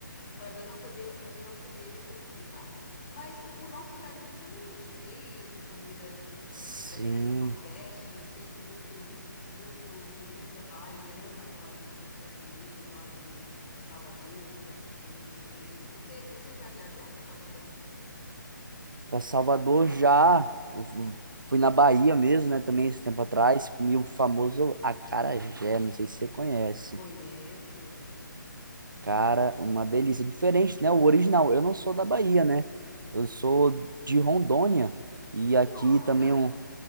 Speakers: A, on the left; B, on the right.
A: para mim não poder, para mim não comer coisa com carne. Mas o, o nosso Brasil também é cheio de comidas típicas,
B: Sim,
A: né? No Nordeste, eu sei que muito muito turista vai e ama aquelas, aquelas comidas lá de, de Salvador, que é- são muito quentes. Você, você já viajou para Salvador?
B: para Salvador já. Eu fu- fui na Bahia mesmo, né, também esse tempo atrás, comi o famoso acarajé, não sei se você conhece.
A: Conheço.
B: Cara, uma delícia. Diferente, né? O original. Eu não sou da Bahia, né? Eu sou de Rondônia. E aqui
A: Nossa!
B: também um-